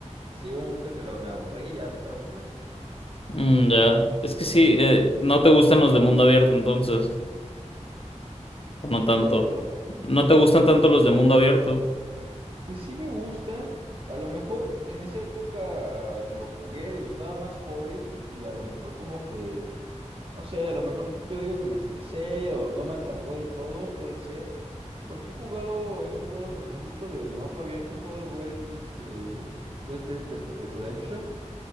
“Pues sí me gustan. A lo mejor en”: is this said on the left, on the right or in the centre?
Right